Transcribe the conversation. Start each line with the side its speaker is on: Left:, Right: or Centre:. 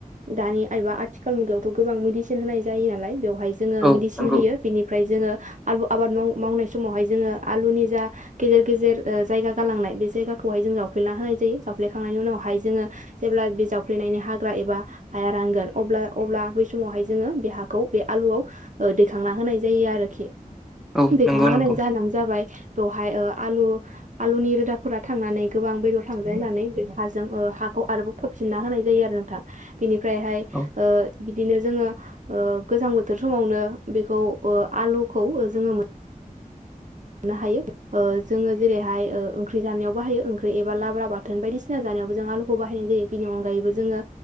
Right: दानि एबा आथि खाल मुगायावथ' गोबां मिडिसिन होनाय जायो नालाय बेव हाय जोङो
Centre: औ
Right: मिडिसिन
Centre: नंगौ
Right: होयो बेनिफ्राय जोङो आलु आबाद माव मावनाय समावहाय जोङो आलुनि जा गेजेर गेजेर ओ जायगा गालांनाय बे जायगाखौहाय जों जावफ्लेना होनाय जायो जावफ्लेखांनायनि उनावहाय जोङो जेब्ला बे जावफ्लेनायनि हाग्रा एबा हाया रांगोन अब्ला अब्ला बै समावहाय जोङो बे हाखौ बे आलुआव ओ दैखांना होनाय जायो आरोखि
Centre: औ
Right: दैखांना
Centre: नंगौ
Right: होनायनि
Centre: नंगौ
Right: जाहानो जाबाय बेवहाय ओ आलु आलुनि रोदाफोरा थांनानै गोबां बेदर थांजायो होननानै बे हाजों ओ हाखौ आरोबाव फोबसिनना होनाय जायो आरो नोंथां बेनि फ्रायहाय
Centre: औ
Right: ओ बिदिनो जोङो ओ गोजां बोथोर समावनो बेखौ ओ आलुखौ जोङो मोन मोननो हायो ओ जोङो जेरैहाय ओ ओंख्रि जानायाव बाहायो ओंख्रि एबा लाब्रा बाथोन बायदिसिना जानायावबो जों आलुखौ बाहायनाय जायो बिनि अनगायैबो जोङो